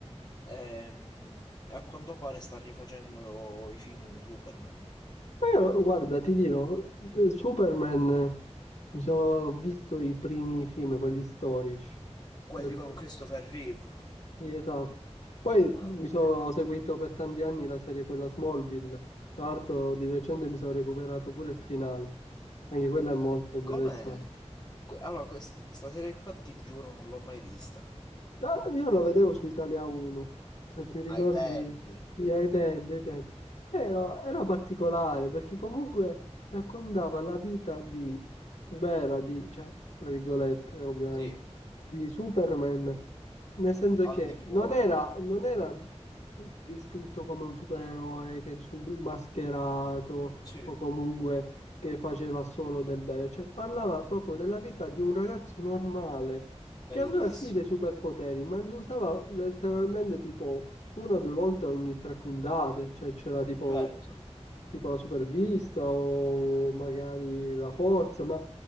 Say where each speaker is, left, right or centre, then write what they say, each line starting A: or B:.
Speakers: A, on the left (about 35°); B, on the left (about 75°).
A: ehm, e a quanto pare sta rifacendo i film di Superman.
B: Ma io, guarda, ti dirò, eh, Superman, eh, mi sono ho visto i primi film, quelli storici.
A: Quelli
B: Quelli...
A: con Christopher Reeve.
B: Sì, esatto. Poi
A: Mamma
B: mi sono
A: mia, che attore.
B: seguito per tanti anni la serie quella Smallville. Tra l'altro, di recente mi sono recuperato pure il finale. Anche quella è molto interessante.
A: Com'è? Que- Allora, questa serie qua ti giuro non l'ho mai vista.
B: Ah, Io lo vedevo su Italia 1, se ti ricordi,
A: Ai tempi.
B: sì, ai tempi, ai tempi. Era, era particolare perché comunque raccontava la vita di, vera, di, cioè, tra virgolette, ovviamente,
A: Sì,
B: di Superman. Nel senso
A: al
B: che
A: di fuori.
B: non era, non era descritto come un supereroe che sub mascherato
A: Sì.
B: o comunque che faceva solo del bene, cioè parlava proprio della vita di un ragazzo normale che
A: Bellissimo
B: aveva sì dei superpoteri,
A: così.
B: ma li usava letteralmente tipo una o due volte ogni tre puntate, cioè c'era tipo,
A: Certo.
B: tipo la supervista o magari la forza, ma